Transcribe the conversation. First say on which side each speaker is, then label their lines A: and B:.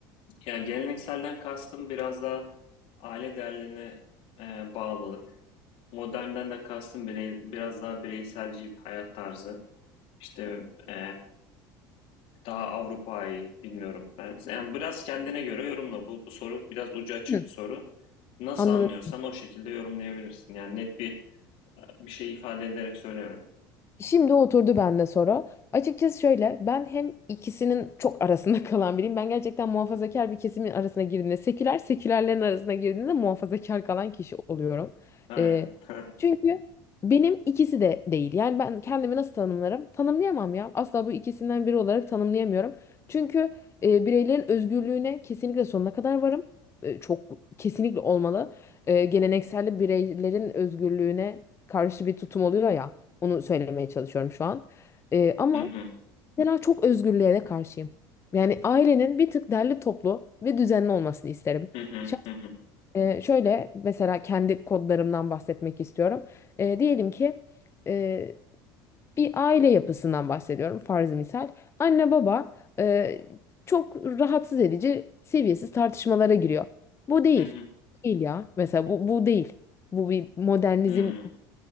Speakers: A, on the left; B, on the left.
A: Ya gelenekselden kastım biraz daha aile değerlerine e, bağlılık. Modernden de kastım birey- biraz daha bireyselci bir hayat tarzı. İşte e, daha Avrupa'yı bilmiyorum. Ben, yani biraz kendine göre yorumla. Bu, bu soru biraz ucu açık
B: Hı.
A: bir soru. Nasıl
B: Anladın
A: anlıyorsan o şekilde yorumlayabilirsin. Yani net bir bir şey ifade ederek söylemedim.
B: Şimdi oturdu bende soru. Açıkçası şöyle ben hem ikisinin çok arasında <laughs> kalan biriyim. Ben gerçekten muhafazakar bir kesimin arasına girdiğinde seküler, sekülerlerin arasına girdiğinde muhafazakar kalan kişi oluyorum.
A: Aynen.
B: Ee,
A: <laughs>
B: çünkü benim ikisi de değil. Yani ben kendimi nasıl tanımlarım? Tanımlayamam ya. Asla bu ikisinden biri olarak tanımlayamıyorum. Çünkü e, bireylerin özgürlüğüne kesinlikle sonuna kadar varım. E, çok kesinlikle olmalı. E, geleneksel bireylerin özgürlüğüne karşı bir tutum oluyor ya. Onu söylemeye çalışıyorum şu an. Ee, ama
A: Hı hı,
B: mesela çok özgürlüğe de karşıyım. Yani ailenin bir tık derli toplu ve düzenli olmasını isterim.
A: hı hı,
B: Şahs-
A: hı hı,
B: e, şöyle mesela kendi kodlarımdan bahsetmek istiyorum. Ee, diyelim ki e, bir aile yapısından bahsediyorum farz misal. Anne baba e, çok rahatsız edici seviyesiz tartışmalara giriyor. Bu değil.
A: hı hı,
B: Değil ya. Mesela bu, bu değil. Bu bir modernizm
A: hı hı,